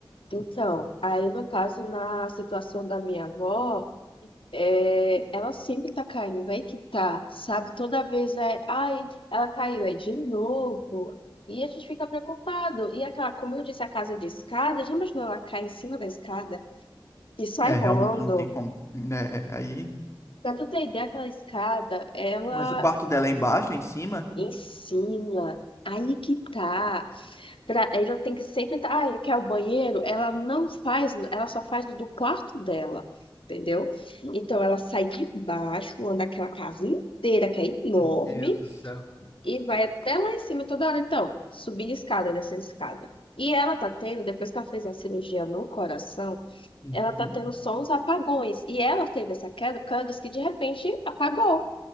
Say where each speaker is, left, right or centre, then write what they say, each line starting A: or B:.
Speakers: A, on the left; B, on the left.
A: Então, aí no caso, na situação da minha avó. É, ela sempre tá caindo, vai que tá, sabe? Toda vez é, ai, ela caiu, é de novo. E a gente fica preocupado. E aquela, como eu disse, a casa de escada, já imaginou ela cai em cima da escada e sai
B: É,
A: rolando?
B: realmente não tem como, né? é, Aí.
A: Pra tu ter ideia, aquela escada, ela
B: Mas o quarto dela é embaixo, é em cima?
A: ensina. Aí que tá. pra- ela tem que sempre estar. Ah, quer o banheiro? Ela não faz, ela só faz do quarto dela, entendeu? Então ela sai de baixo, anda aquela casa inteira, que é enorme,
B: Meu Deus do céu.
A: e vai até lá em cima toda hora. Então, subir escada, descer escada. E ela tá tendo, depois que ela fez uma cirurgia no coração,
B: Uhum,
A: ela tá tendo só uns apagões. E ela teve essa queda, porque ela disse que de repente apagou,